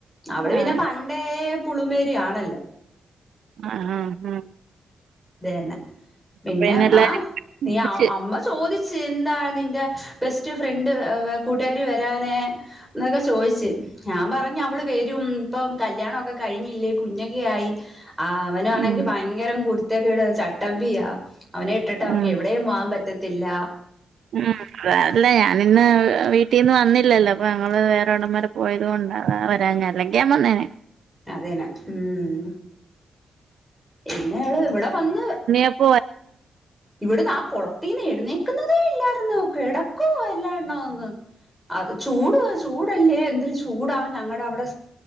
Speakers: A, in the centre; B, on the right (about 70°).
A: അവള് പിന്നെ
B: ആഹ്
A: പണ്ടേ പുളിമേരി ആണല്ല
B: ആഹ് ആഹ്
A: അതന്നെ പിന്നെ
B: അപ്പൊ ഇന്ന് എല്ലാരും
A: വാ
B: വിളിച്ച്
A: നീ അമ്മ ചോദിച്ചു എന്താണ് നിന്റെ ബെസ്റ്റ് ഫ്രണ്ട് കൂട്ടുകാരി വരാനെ എന്നൊക്കെ ചോദിച്ച് ഞാൻ പറഞ്ഞു അവള് വരും ഇപ്പം കല്യാണമൊക്കെ കഴിഞ്ഞില്ലേ കുഞ്ഞ ആയി അവനാണെങ്കി
B: ഉം
A: ഭയങ്കര കു ചട്ടമ്പിയാ അവനെ ഇട്ടിട്ട് അവക്ക്
B: ഉം
A: എവിടെയും പോകവാൻ പറ്റത്തില്ല
B: ആഹ് വേറെല്ല ഞാനിന്ന് വീട്ടിൽന്ന് വന്നില്ലല്ലോ അപ്പൊ ഞങ്ങള്ൾ വേറെ ഉടന്മാരെ പോയത കൊണ്ട വരാൻ ഞ അല്ലെങ്കിൽ ഞാൻ വന്നേനെ
A: അതേനാ ഉം പിന്നഅവള് ഇവിടെ വന്ന്
B: അപ്പോ
A: ഇവിടുന്ന് ആ കൊളത്തിൽന്ന് എഴുന്നേക്കുന്നതേ ഇല്ലായിന്ന കിടക്ക എല്ലാനെങ്ങ ചൂട ചൂ അടല്ലേ എന്തരു ചൂടാ ഞങ്ങളുടെ അവിടെ